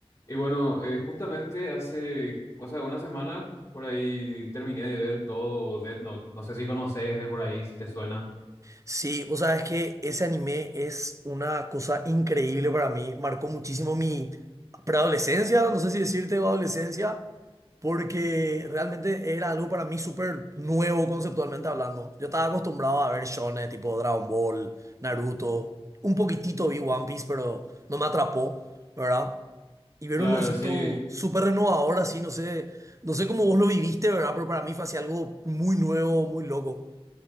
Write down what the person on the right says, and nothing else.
Sí, o sea, es que ese anime es una cosa increíble para mí. Marcó muchísimo mi preadolescencia, no sé si decirte o adolescencia, porque realmente era algo para mí súper nuevo conceptualmente hablando. Yo estaba acostumbrado a ver shonen tipo Dragon Ball, Naruto, un poquitito vi One Piece, pero no me atrapó, ¿verdad? Y ver
un concepto
súper renovador así, no sé, no sé cómo vos lo viviste, ¿verdad? Pero para mí fue así algo muy nuevo, muy loco